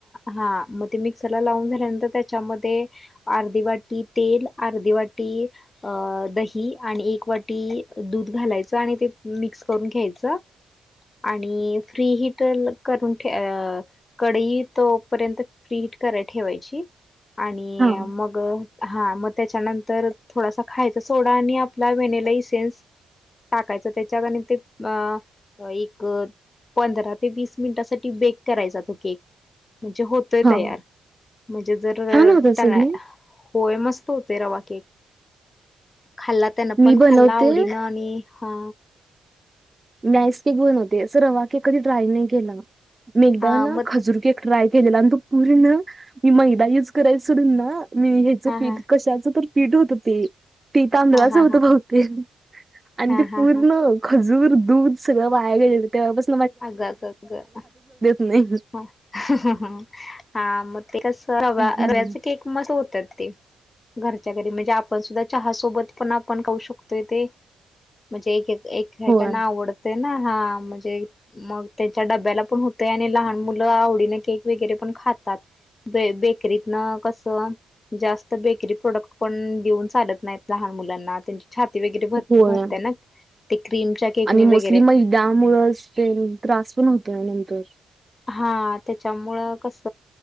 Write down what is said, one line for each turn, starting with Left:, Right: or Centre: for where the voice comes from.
Left: हा मग ते मिक्सरला लावून झाल्यानंतर त्याच्यामध्ये ते अर्धी वाटी तेल, अर्धी वाटी अ दही आणि एक वाटी दूध घालायचं आणि ते मिक्स करून घ्यायचं. <inaudible>
Right: <unintelligible>
Left: आणि फ्री हटर <unintelligible> करून ठे- कढई तोपर्यंत फ्री हीट करायला ठेवायची. आणि
Right: हा
Left: मग हा मग त्याच्यानंतर थोडासा खायचा सोडा आणि आपला वनेला इसेनस टाकायचं त्यांच्यात ते अ एक पंधरा ते वीस मिनिटासाठी बेक करायचा म्हणजे तो केक म्हणजे होतोय
Right: हा
Left: तयार म्हणजे जर
Right: छान होत असेल
Left: करायला.
Right: नाही
Left: होय मस्त होतोय, रवा केक खाल्ला त्यांना
Right: मी
Left: पण
Right: बनवते
Left: खाल्ला आवडीन आणि हा
Right: मी आईस केक बनवते. अस रवा के कधी ड्राय नाही केला मी एकदा
Left: हा
Right: ना
Left: मग
Right: खजूर केक ट्राय केलेला आणि तो पूर्ण मी मैदा युज करायचं सडून ना हेचं
Left: हा
Right: पीठ
Left: हा
Right: कशाचं तरी पीठ होतं ते ते तांदळाचं
Left: हा हा
Right: होत
Left: हा
Right: बहुतेक आणि
Left: हा
Right: ते
Left: हा
Right: पूर्ण
Left: हा
Right: खजूर दूध सगळं वाया गेलेलं तेव्हा पासून
Left: अगं- अगं -अगं
Right: नाही
Left: <inaudible> हा मग ते कस रवा्या
Right: झालेली
Left: रव्याचे केक मस्त होतात ते घरच्या घरी म्हणजे आपण सुद्धा चहासोबत पण आपण खऊ शकतोय ते. म्हणजे एक एकाना
Right: होय
Left: आवडते ना हा म्हणजे मग त्याच्या डब्याला पण होतंय आणि लहान मुलं आवडीने केक वगैरे पण खातात. ब बेकरीत न कसं जास्त बेकरी प्रोडक्ट पण देऊन चालत नाहीत. लहान मुलांना त्यां छाती वगैरे भर
Right: होय
Left: भरतेय ना ते क्रीमच्या केकने
Right: आणि मोस्ली
Left: वगैरे
Right: मदामुळच ते त्रास होतो <unintelligible>
Left: हा त्याच्यामुळं कस